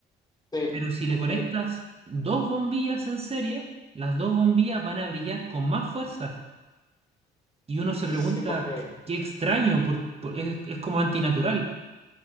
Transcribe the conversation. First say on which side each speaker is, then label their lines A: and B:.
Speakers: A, on the left; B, on the right.
A: Sí,
B: Pero si le
A: ok.
B: conectas dos bombillas en serie, las dos bombillas van a brillar con más fuerza. Y uno se
A: Sí,
B: pregunta,
A: sí, porque,
B: qué extraño, por- por- es es como antinatural.